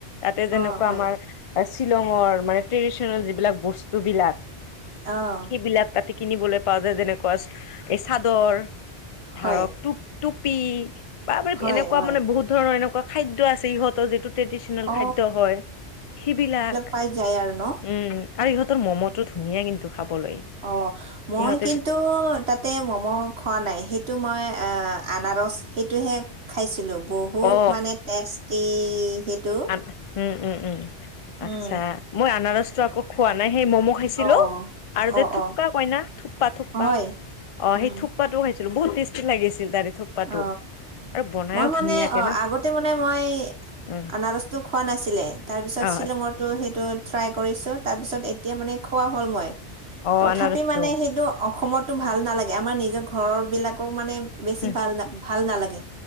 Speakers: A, on the left; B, on the right.
A: তাতে যেনেকুৱা
B: অ হয়
A: আমাৰ শ্বিলঙৰ মানে ট্ৰেডিচনেল যিবিলাক বস্তুবিলাক।
B: আহ্।
A: বিলাক তাতে কিনিব পাৱ যায় যেনেকুৱা যে এই চাদৰ ধাৰক
B: হয়
A: টু টুপি বা
B: হয়
A: এনেকুৱা
B: হয়
A: মানে বহুত ধৰণৰ এনেকুৱা খাদ্য আছে ইহঁতৰ যিটো ট্ৰেডিচনেল
B: অ
A: খাদ্য হয় সেইবিলাক,
B: পাই যায় আৰু ন
A: উম। আৰু ইহঁতৰ ম'মটো ধুনীয়া কিন্তু খাবলৈ।
B: অ, ' মই
A: ইহঁতে
B: কিন্তু তাত তাতে ম'ম খোৱা নাই সেইটো মই আনাৰস সেইটোহে খাইছিলো বহুত
A: অ
B: মানে টেষ্টি সেইটো
A: আ উম উম উম। আচ্ছা
B: উম
A: মই আনাৰসটো আকৌ খোৱা নাই সেই ম'ম' খাইছিলো
B: অ
A: আৰু যে
B: অ
A: থোপ্পা
B: অ
A: কয় না থোপ্পা থোপ্পা
B: হয়
A: অ
B: উম
A: সেই থোপ্পাটো খাইছো বহুত টেষ্টি লাগিছিল তাৰে থুপপাটো
B: অ
A: আৰু বনাইও
B: মই মানে
A: ধুনীয়াকে
B: অ
A: না
B: আগতে মানে মই
A: উম
B: আনাৰস খোৱা নাছিলে তাৰ পিছত
A: অ
B: শ্বিলঙৰত সেইটো ট্ৰাই কৰিছো তাৰপিছত এতিয়া মানে কোৱা হ'ল মই
A: অ
B: তথাপি
A: আনাৰসটো
B: মানে সেইটো অসমতো ভাল নালাগে আমাৰ নিজৰ ঘৰৰ বিলাকও মানে বেছি
A: উম
B: ভাল ভাল নালাগে